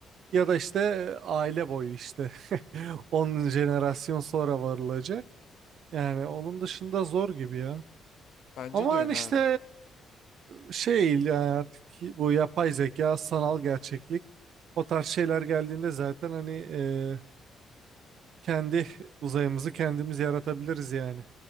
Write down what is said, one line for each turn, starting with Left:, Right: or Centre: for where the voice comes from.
Right: Ya da işte e, aile boyu işte <laughs> 10 jenerasyon sonra varılacak. Yani onun dışında zor gibi ya.
Left: Bence
Right: Ama
Left: de
Right: hani
Left: öyle
Right: işte
Left: abi.
Right: e, şey yani artık bu yapay zeka, sanal gerçeklik o tarz şeyler geldiğinde zaten hani e, kendi uzayımızı kendimiz yaratabiliriz yani.